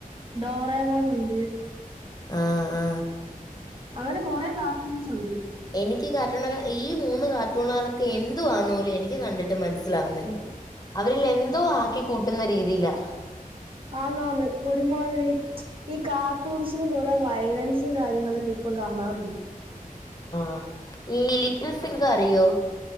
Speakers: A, on the right (about 35°); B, on the left (about 25°).
A: ഡോറെ പോലുണ്ട്
B: ആ ആ
A: അങ്ങനെ കൊറേ കാർട്ടൂൺസൊണ്ട്
B: എനിക്കീ കാർട്ടൂണൊക്കെ ഈ മൂന്ന് കാർട്ടൂണുകളൊക്കെ എന്തുവാന്നുപോലും എനിക്ക് കണ്ടിട്ടുമനസ്സിലാവുന്നില്ല അവരിൽ എന്തോ ആക്കി കൂട്ടുന്നരീതിയിലാ
A: ആന്നാന്ന് ഒരുമാതിരി ഈ കാർട്ടൂൺസിന് കുറെ വയലൻസും കാര്യങ്ങളൊക്കെ ഇപ്പം കാണാറുണ്ട്
B: ആ ഈ ലിറ്റിൽസിംഗ അറിയോ